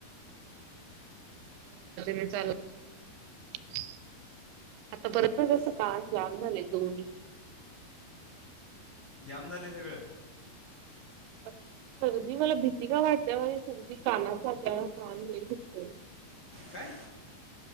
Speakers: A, on the right; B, on the left.
A: <unintelligible> <unintelligible> <unintelligible>
B: जाम झालय सगळ.
A: <unintelligible> सर्दी मला भीती का वाटते माझी सर्दी कानात जाते त्यामुळं कान लई दुखतय.
B: काय?